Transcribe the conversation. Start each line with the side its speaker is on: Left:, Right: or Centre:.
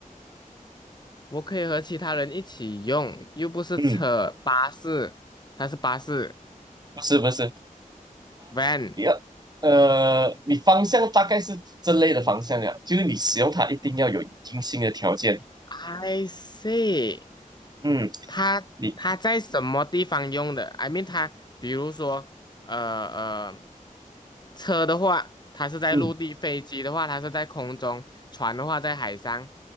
Left: 我可以和其他人一起用，又不是车，
Right: 嗯，
Left: 巴士，它是巴士
Right: 不是不是，
Left: ，van。
Right: 你要呃，你方向大概是这类的方向呀，就是你使用它一定要有精心的条件。
Left: I see，
Right: 嗯，
Left: 它它在什么地方用的？I
Right: 你
Left: mean，它比如说，呃呃，车的话，它是在陆地；
Right: 嗯，
Left: 飞机的话，它是在空中；船的话，在海上。